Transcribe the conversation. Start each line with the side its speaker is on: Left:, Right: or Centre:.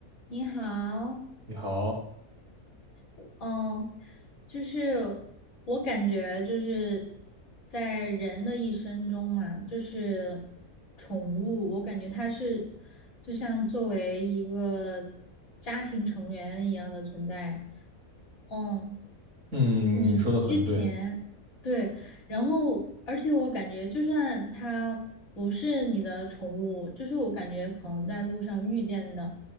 Left: 你好，
Right: 你好，
Left: 嗯，就是我感觉就是在人的一生中嘛，就是宠物，我感觉它是就像作为一个家庭成员一样的存在。嗯，
Right: 嗯，
Left: 你之前对，
Right: 你说的很对，
Left: 然后而且我感觉，就算它不是你的宠物，就是我感觉可能在路上遇见的，